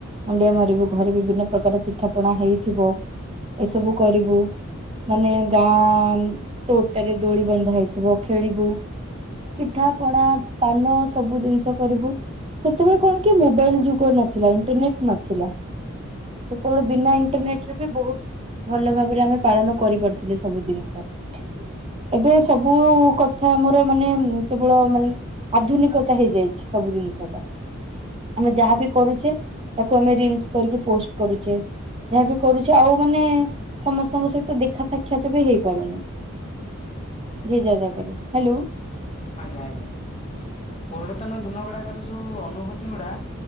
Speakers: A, on the right; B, on the left.
A: ମୁଣ୍ଡିଆ ମାରିବୁ, ଘରେ ବିଭିନ୍ନ ପ୍ରକାର ପିଠା ପଣା ହେଇଥିବ, ଏସବୁ କରିବୁ ମାନେ ଗାଁ ତୋଟାରେ ଦୋଳି ବନ୍ଧା ହେଇଥିବ ଖେଳିବୁ ପିଠା ପଣା, ପାନ, ସବୁ ଜିନିଷ କରିବୁ ସେତେବେଳେ କଣ କି ମୋବାଇଲ ଯୁଗ ନଥିଲା, ଇଣ୍ଟରନେଟ ନଥିଲା। ସେତେବେଳେ ବିନା ଇଣ୍ଟରନେଟରେ ବି ବହୁତ ଭଲ ଭାବରେ ଆମେ ପାଳନ କରିପାରୁଥିଲେ ସବୁ ଜିନିଷ। ଏବେ ସବୁ କଥା ମୋର ମାନେ ଉମ୍ କେବଳ ମାନେ ଆଧୁନିକତା ହେଇଯାଇଛି ସବୁ ଜିନିଷଟା। ଆମେ ଯାହାବି କରୁଛେ, ତାକୁ ଆମେ ରିଲସ କରିକି ପୋଷ୍ଟ କରୁଛେ ଯାହା ବି କରୁଛେ ଆଉ ମାନେ ସମସ୍ତଙ୍କ ସହିତ ଦେଖା ସାକ୍ଷାତ ବି ହେଇପାରୁନି, ଯିଏ ଯାହା ଜାଗାରେ। ହ୍ୟାଲୋ
B: ଆଜ୍ଞା ଆଜ୍ଞା। ପୁରାତନ ଦିନ ଗୁଡାକର ଯୋଉ ଅନୁଭୂତି ଗୁଡ଼ା